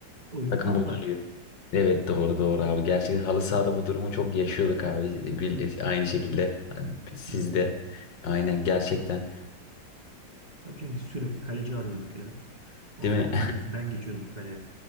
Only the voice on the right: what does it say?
oyun
patlar.
Hı hı.
Tabii şimdi biz sürekli kaleci arıyorduk ya. Olmadı.
Ben ge- ben geçiyordum kaleye.